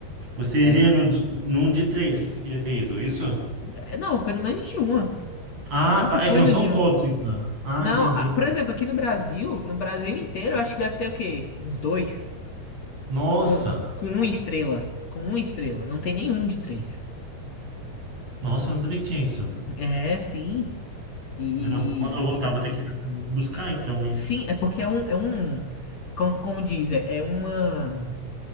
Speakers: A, on the right; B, on the left.
A: Você
B: É,
A: iria no, de- num de três, se você queria ter ido, é isso?
B: é, não, pelo menos de uma.
A: Ah,
B: Nunca
A: tá.
B: fui
A: É que não
B: no
A: são
B: dia.
A: todos, então. Ah,
B: Não,
A: entendi.
B: ah, por exemplo, aqui no Brasil, no Brasil inteiro, eu acho que deve ter o quê? Uns dois.
A: Nossa,
B: Com, com uma estrela. Com uma estrela. Não tem nenhum de três.
A: nossa, eu não sabia que tinha isso.
B: É, sim. E, e-
A: Eu não. Quando eu voltar,
B: e- é-
A: vou ter que buscar, então, isso.
B: sim, é porque é um, é um, como, como diz, é, é uma,